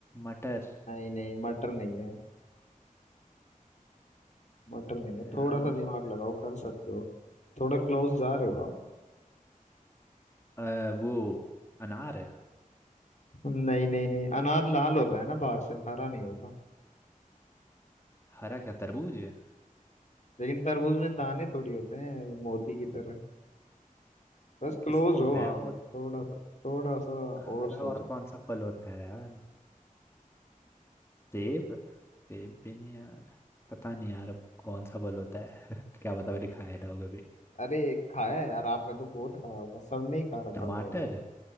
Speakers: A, on the left; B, on the left.
A: मटर
B: नहीं नहीं मटर नहीं है मटर नहीं है
A: यार
B: थोड़ा
A: और
B: सा दिमाग लगाओ कर सकते हो थोड़ा क्लोज जा रहे हो आप
A: अ, वो अनार है
B: नहीं नहीं नहीं अनार लाल होता है ना बाहर से हरा नहीं होता
A: हरा क्या तरबूज है
B: लेकिन तरबूज में दाने थोड़ी होते हैं मोती की तरह बस क्लोज
A: किसमें होते
B: हो आप
A: हैं यार वो
B: थोड़ा सा थोड़ा सा
A: हरा
B: और सोचो
A: और कौन सा फल होता है यार सेब सेब भी नहीं यार पता नहीं यार अब कौन सा फल होता है <laughs> क्या पता मैंने खाया ना हो कभी
B: अरे खाया है यार आपने तो बहुत खाया होगा सबने ही खा रखा
A: टमाटर
B: होगा ये।